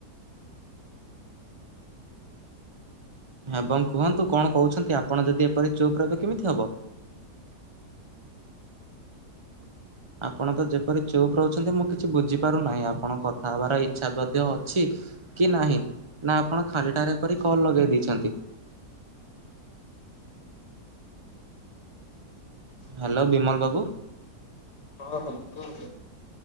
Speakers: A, on the right; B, on the left.
A: ଏବଂ କୁହନ୍ତୁ କଣ କହୁଚନ୍ତି ଆପଣ ଯଦି ଏପରି ଚୁପ୍ ରହିବେ କେମିତି ହବ? ଆପଣ ତ ଯେପରି ଚୁପ୍ ରହୁଚନ୍ତି ମୁଁ କିଛି ବୁଝିପାରୁନାହିଁ ଆପଣଙ୍କ କଥା ହବାର ଇଚ୍ଛା ମଧ୍ୟ ଅଛି କି ନାହିଁ ନା ଆପଣ ଖାଲିଟାରେ ଏପରି କଲ୍ ଲଗେଇ ଦେଇଚନ୍ତି? ହାଲୋ ବିମଲ ବାବୁ।
B: ହଁ ହଁ କୁହ